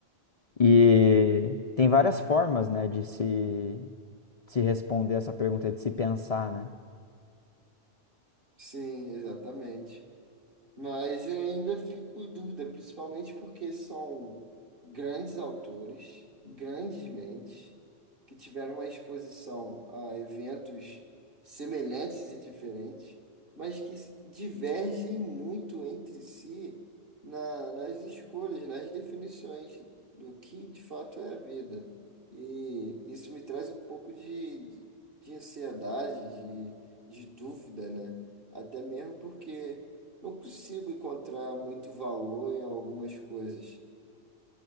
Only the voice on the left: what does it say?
E tem várias formas, né, de se, de se responder essa pergunta, de se pensar, né?